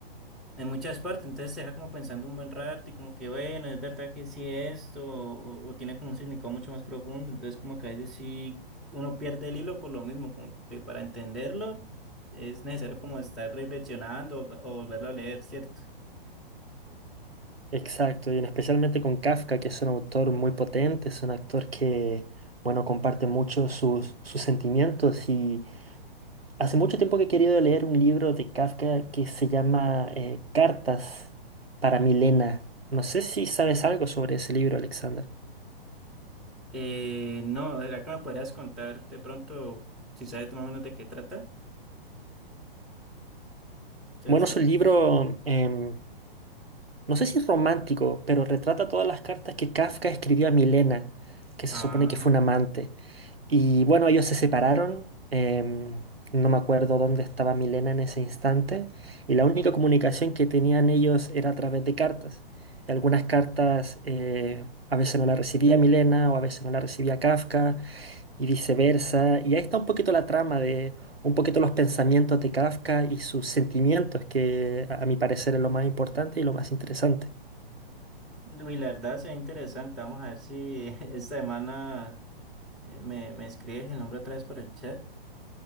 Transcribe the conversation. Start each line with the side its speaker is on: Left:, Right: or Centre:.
Centre: en muchas partes, entonces te deja como pensando un buen rato y como que bueno, es verdad que sí esto, o, o tiene como un significado mucho más profundo, entonces como que a veces sí uno pierde el hilo por lo mismo, como que para entenderlo es necesario como estar reflexionando o volverlo a leer, ¿cierto?
Right: Exacto, y en especialmente con Kafka, que es un autor muy potente, es un actor que, bueno, comparte mucho sus, sus sentimientos y hace mucho tiempo que he querido leer un libro de Kafka que se llama eh, Cartas para Milena. No sé si sabes algo sobre ese libro, Alexander.
Centre: Eh, no, ¿será que me podrías contar de pronto si sabes más o menos de qué trata, Sebastián?
Right: Bueno, es un libro, em, no sé si es romántico, pero retrata todas las cartas que Kafka escribió a Milena, que
Centre: Ah,
Right: se supone que fue un amante. Y bueno, ellos se separaron. em, no me acuerdo dónde estaba Milena en ese instante. Y la única comunicación que tenían ellos era a través de cartas. Y algunas cartas eh, a veces no la recibía Milena o a veces no la recibía Kafka y viceversa. Y ahí está un poquito la trama de un poquito los pensamientos de Kafka y sus sentimientos, que a a mi parecer es lo más importante y lo más interesante.
Centre: uy, la verdad se ve interesante. Vamos a ver si <laughs> esta semana eh, me, me escribes el nombre otra vez por el chat.